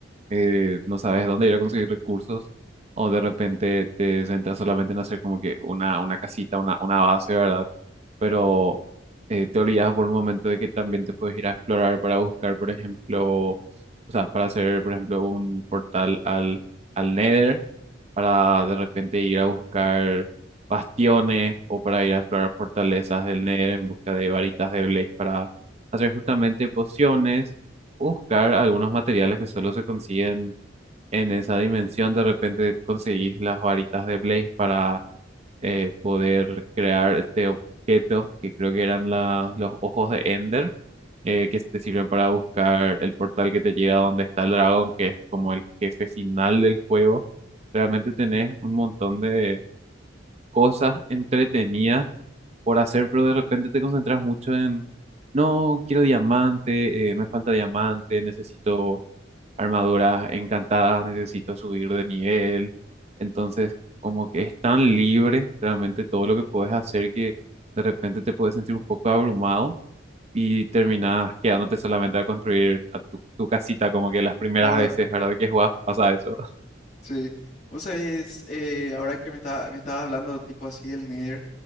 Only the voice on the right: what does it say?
eh, no sabes dónde ir a conseguir recursos, o de repente te centras solamente en hacer como que una, una casita, una, una base, ¿verdad? Pero eh, te olvidas por un momento de que también te puedes ir a explorar para buscar, por ejemplo, o sea, para hacer, por ejemplo, un portal al, al Nether, para de repente ir a buscar bastiones o para ir a explorar fortalezas del Nether en busca de varitas de Blaze para hacer justamente pociones buscar algunos materiales que solo se consiguen en esa dimensión. De repente conseguís las varitas de Blaze para eh, poder crear este objeto, que creo que eran la- los ojos de Ender, eh, que te sirven para buscar el portal que te lleva a donde está el dragón, que es como el jefe final del juego. Realmente tenés un montón de cosas entretenidas por hacer, pero de repente te concentras mucho en... No, quiero diamante, eh, me falta diamante, necesito armaduras encantadas, necesito subir de nivel. Entonces, como que es tan libre realmente todo lo que puedes hacer que de repente te puedes sentir un poco abrumado y terminas quedándote solamente a construir a tu, tu casita, como que las primeras
veces, ¿verdad? Que jugás pasa eso.